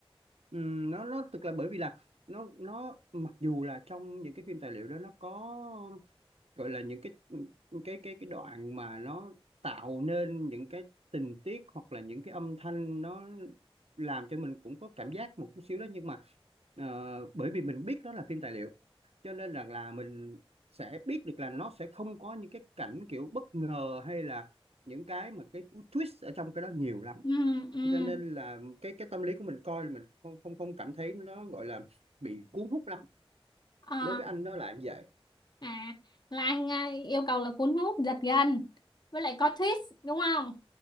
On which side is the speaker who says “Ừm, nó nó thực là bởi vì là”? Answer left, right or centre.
Right